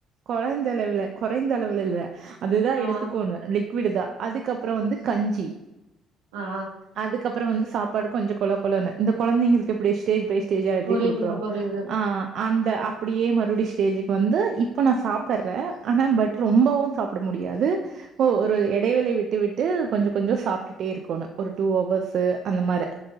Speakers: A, on the right; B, on the right.
A: குழந்த அளவுல குறைந்த அளவுல இல்ல அதுதா
B: ஆ
A: எடுத்துக்கணு லிக்விடு தா அதுக்கப்புற வந்து கஞ்சி
B: ஆ
A: அதுக்கப்புற வந்து சாப்பாடு கொஞ்ச கொழ கொழனு இந்த குழந்தைங்களுக்கு எப்டி ஸ்டேஜ் பை ஸ்டே டேஜா எப்டி
B: புரியுதுங்க,
A: குடுக்குறோ
B: புரியுது.
A: ஆ அந்த அப்படியே மறுபடியு ஸ்டேஜ்க்கு வந்து இப்போ நா சாப்புட்றே ஆனா பட் ரொம்பவு சாப் பட முடியாது ஓ ஒரு இடைவெளை விட்டு விட்டு கொஞ்ச கொஞ்சோ சாப்ட்டுட்டே இருக்கணு ஒரு டூ ஹவர்ஸு அந்த மாரி